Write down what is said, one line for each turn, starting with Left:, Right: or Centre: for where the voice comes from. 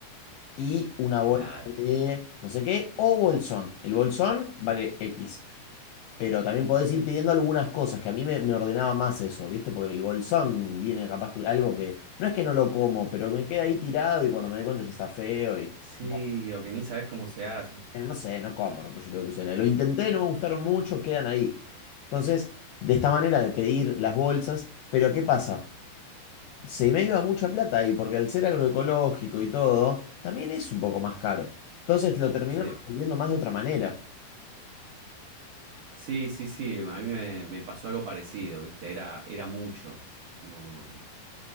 Left: y una bolsa
Right: claro.
Left: de no sé qué, o bolsón. El bolsón vale X. Pero también podés ir pidiendo algunas cosas, que a mí me, me ordenaba más eso, ¿viste? Porque el bolsón viene capaz que algo que no es que no lo como, pero me queda ahí tirado y cuando me doy cuenta ya está feo y
Right: Sí,
Left: <laughs>
Right: o que ni sabes cómo se hace.
Left: eh, no sé, no como repollito de Bruselas. Lo intenté, no me gustaron mucho, quedan ahí. Entonces, de esta manera de pedir las bolsas, pero ¿qué pasa? se me iba mucha plata ahí, porque al ser agroecológico y todo, también es un poco más caro. Entonces lo terminé
Right: Sí,
Left: resolviendo más de otra manera.
Right: sí, sí, sí. A mí me, me pasó algo parecido, ¿viste? Era, era mucho. Como-